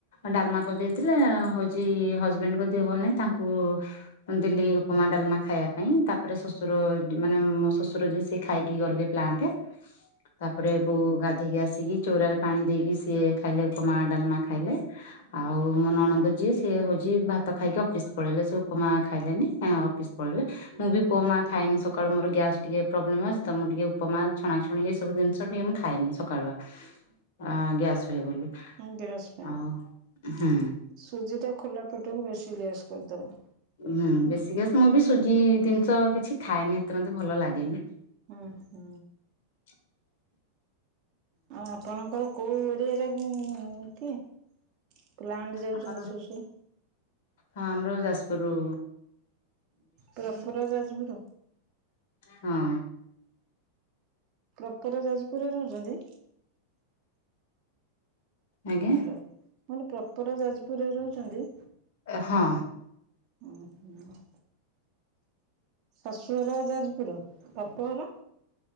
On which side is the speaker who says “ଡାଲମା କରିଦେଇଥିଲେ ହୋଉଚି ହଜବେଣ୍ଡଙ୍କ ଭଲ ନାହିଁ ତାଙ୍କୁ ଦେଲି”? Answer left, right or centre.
Left